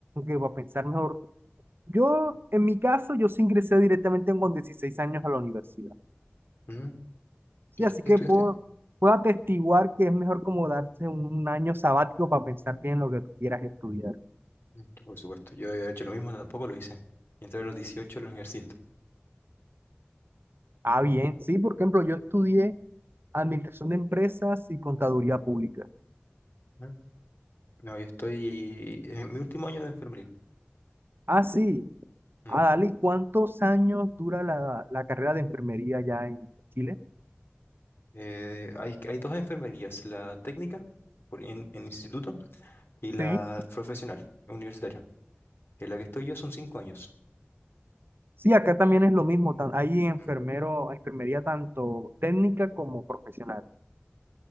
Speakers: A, on the right; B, on the left.
A: que va a pensar mejor yo, en mi caso, yo sí ingresé directamente con 16 años a la universidad.
B: ¿Mm?
A: Sí,
B: ¿Y
A: así
B: qué
A: que
B: estudiaste?
A: puedo, puedo atestiguar que es mejor como darse un año sabático para pensar bien lo que tú quieras estudiar.
B: Mm, Por supuesto, yo he hecho lo mismo, tampoco lo hice. Entré a los dieciocho a la universidad.
A: Ah, bien, sí, por ejemplo, yo estudié administración de empresas y contaduría pública.
B: Mm. No, yo estoy en mi último año de enfermería.
A: Ah, sí,
B: Mm.
A: ah, dale, ¿y ¿cuántos años dura la, la carrera de enfermería allá en Chile?
B: Eh, hay, hay dos enfermerías, la técnica por- en, en instituto y
A: Sí.
B: la profesional, universitaria. En la que estoy yo son cinco años.
A: Sí, acá también es lo mismo. tan- Hay enfermero,
B: Mm.
A: enfermería tanto técnica como profesional.